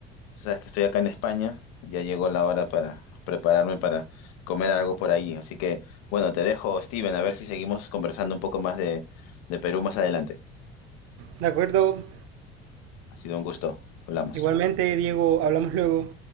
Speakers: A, on the left; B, on the right.
A: sabes que estoy acá en España, ya llegó la hora para prepararme para comer algo por ahí. Así que, bueno, te dejo, Steven, a ver si seguimos conversando un poco más de, de Perú más adelante.
B: De acuerdo.
A: Ha sido un gusto, hablamos.
B: Igualmente, Diego, hablamos luego.